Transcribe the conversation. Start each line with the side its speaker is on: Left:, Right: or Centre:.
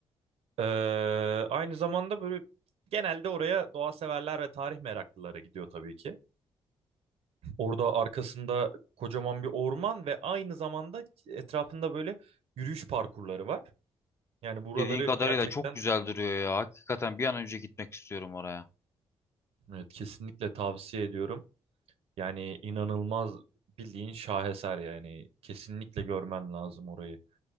Right: Ee, aynı zamanda böyle genelde oraya doğa severler ve tarih meraklıları gidiyor tabii ki. Orada arkasında kocaman bir orman ve aynı zamanda etrafında böyle yürüyüş parkurları var. Yani buraları
Left: Dediğin kadarıyla
Right: gerçekten
Left: çok güzel duruyor ya. Hakikaten bir an önce gitmek istiyorum oraya.
Right: evet, kesinlikle tavsiye ediyorum. Yani inanılmaz bildiğin şaheser yani kesinlikle görmen lazım orayı.